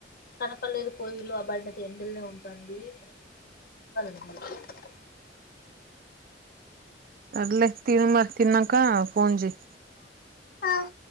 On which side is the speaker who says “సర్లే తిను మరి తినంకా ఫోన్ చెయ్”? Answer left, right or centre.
Right